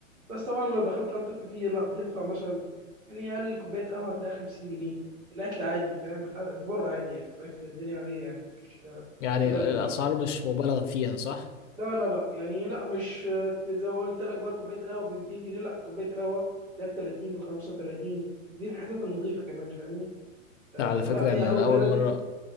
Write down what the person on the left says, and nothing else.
يعني
الأسعار
مش مبالغ فيها صح؟
لا على فكرة
إن
أنا
أول مرة